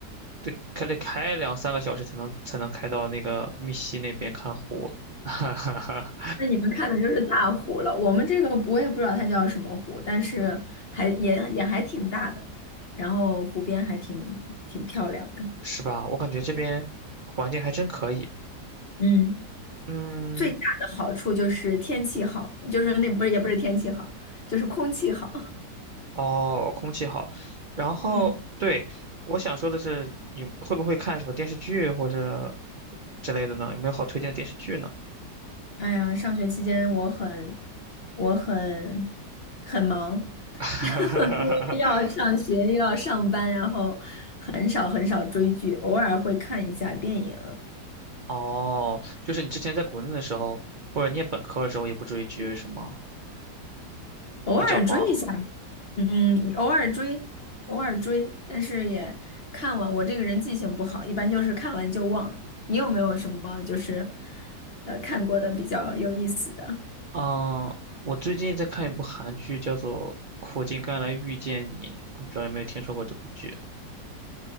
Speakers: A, on the right (about 55°); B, on the left (about 45°).
A: 得还得开两三个小时才能才能开到那个密西那边看湖，<laughs> 哈哈哈，
B: 那你们看的就是大湖了，我们这个我也不知道它叫什么湖，但是还也也还挺大的，然后湖边还挺挺漂亮的。
A: 是吧？我感觉这边环境还真可以。
B: 嗯，
A: 嗯，
B: 最大的好处就是天气好，就是那不是也不是天气好，就是空气好。
A: 哦，空气好。然后对，
B: <laughs> 嗯。
A: 我想说的是，你会不会看什么电视剧或者之类的呢？有没有好推荐的电视剧呢？
B: 哎呀，上学期间我很，我很很忙，<laughs>
A: <laughs>
B: 然后又要上学又要上班，然后很少很少追剧，偶尔会看一下电影，
A: 哦，就是你之前在国内的时候，或者念本科的时候也不追剧是吗？
B: 偶尔追一下吧，
A: 比较忙。
B: 嗯，偶尔追，偶尔追，但是也看完。我这个人记性不好，一般就是看完就忘。你有没有什么就是呃看过的比较有意思的？
A: 嗯，我最近在看一部韩剧，叫做《苦尽甘来遇见你》，我不知道有没有听说过这部剧。